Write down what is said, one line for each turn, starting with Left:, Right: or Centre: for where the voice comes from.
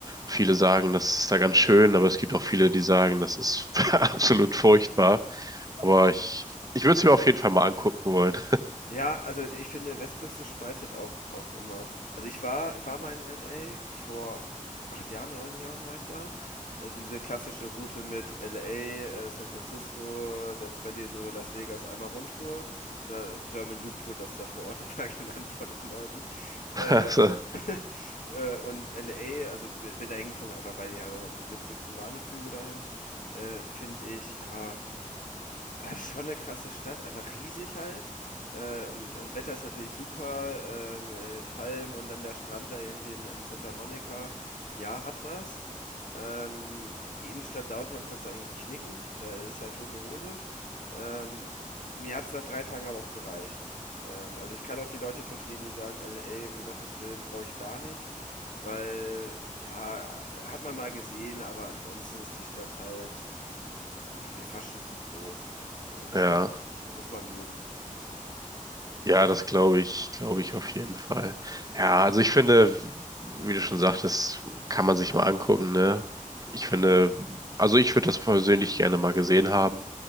Right: Viele sagen, das ist da ganz schön, aber es gibt auch viele, die sagen, das ist <laughs> absolut furchtbar. Aber ich, ich würde es mir auf jeden Fall mal angucken wollen.
Left: Ja, also ich finde, Westküste spaltet auch, auch immer. Also ich war, ich war mal in LA vor puh, acht Jahren oder neun Jahren war ich da. Also diese klassische Route mit LA, äh, San Francisco, Death Valley, so Las Vegas, einmal Rundtour. Oder German Loop wurde das da vor Ort immer <laughs> genannt von den Leuten. Äh,
Right: <laughs> Also,
Left: <laughs> äh, und LA, also bi- bin da hingeflogen, einfach weil die halt auch am günstigsten waren, die Flüge dahin. Äh, finde ich, ja, Ja, ist schon eine krasse Stadt, einfach riesig halt, äh, und das Wetter ist natürlich super, ähm, äh, Palmen und dann der Strand da irgendwie in in Santa Monica. Ja, hat was. Ähm, die Innenstadt Downtown kannst du eigentlich knicken, da ist halt tote Hose. Ähm, mir hat es nach 3 Tagen aber auch gereicht. Ähm, also, ich kann auch die Leute verstehen, die sagen: „LA, um Gottes Willen, brauche ich gar nicht“, weil ja, hat man mal gesehen, aber ansonsten ist die Stadt halt ja, mir fast schon zu groß. Ähm,
Right: ja.
Left: also muss man mögen.
Right: Ja, das glaube ich, glaube ich auf jeden Fall. Ja, also ich finde, wie du schon sagtest, kann man sich mal angucken, ne? Ich finde, also ich würde das persönlich gerne mal gesehen haben,